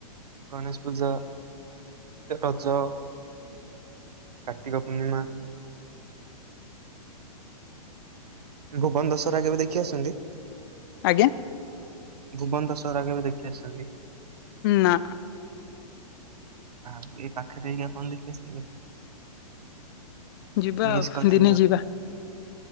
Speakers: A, on the right (about 85°); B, on the left (about 35°).
A: ଗଣେଶ ପୂଜା। ରଜ କାର୍ତ୍ତିକ ପୂର୍ଣ୍ଣିମା। ଭୁବନ ଦଶହରା କେବେ ଦେଖି ଆସ୍‌ଛନ୍ତି।
B: ଆଜ୍ଞା।
A: ଭୁବନ ଦଶହରା କେବେ ଦେଖି ଆସିଛନ୍ତି?
B: ନା।
A: ଆଉ ଏଇ ପାଖରେ ଇଏ କରନ୍ତି <unintelligible>
B: ଯିବା
A: ମିସ୍
B: ଆଉ
A: କରିଥିଲି
B: ଦିନେ
A: ଆଉ।
B: ଯିବା